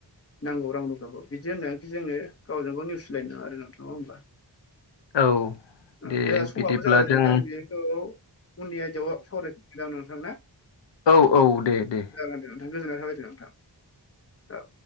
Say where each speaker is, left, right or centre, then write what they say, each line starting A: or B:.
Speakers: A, on the left; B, on the left.
A: नांगौ राव रुफाखौ बिदि होननानै जोङो गावजों गाव नेउसिलायनो नाङा आरो नोंथां नङा होमबा
B: औ
A: जोंहा
B: दे
A: समाबो
B: बिदिब्ला
A: जाबाय नोंथां
B: दों।
A: बेखौ उननि आयदाआव सावरायफिनोसैदां नोंथां ना
B: औ औ दे दे
A: जागोन दे नोंथां गोजोननाय थाबायदे नोंथां औ